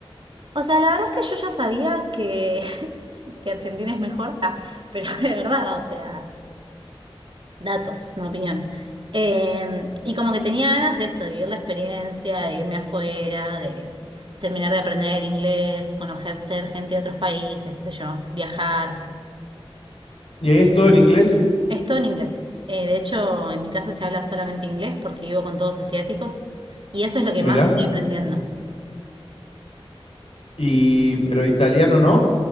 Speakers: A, on the right; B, on the left.
A: O sea, la verdad es que yo ya sabía que, <laughs> que Argentina es mejor, ah, pero <laughs> de verdad, o sea, datos, no opinión. Eh, y como que tenía ganas de esto, de vivir la experiencia, de irme afuera, de terminar de aprender inglés, conocer gente de otros países, qué sé yo, viajar.
B: ¿Y ahí es todo en inglés?
A: Es todo en inglés. Eh, de hecho, en mi casa se habla solamente inglés porque vivo con todos asiáticos y eso es lo que
B: Mirá.
A: más estoy aprendiendo.
B: Y, pero italiano no.